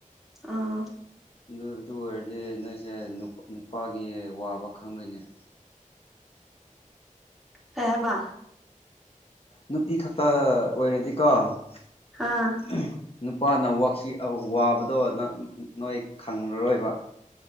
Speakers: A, in the centre; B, on the left.
A: ꯑꯥ
B: ꯑꯗꯨ ꯑꯗꯨ ꯑꯣꯏꯔꯗꯤ ꯅꯣꯏꯁꯦ ꯅꯨ ꯅꯨꯄꯥꯒꯤ ꯋꯥꯕ ꯈꯪꯉꯣꯏꯅꯦ <inaudible>
A: ꯀꯩꯍꯥꯏꯕ
B: ꯅꯨꯄꯤ ꯈꯛꯇ ꯑꯣꯏꯔꯗꯤꯀꯣ ꯎꯝ
A: ꯑꯥ
B: ꯅꯨꯄꯥꯅ ꯋꯈꯤ ꯑꯥ ꯋꯥꯕꯗꯣ ꯅ ꯑꯥ ꯅꯣꯏ ꯈꯪꯂꯔꯣꯏꯕ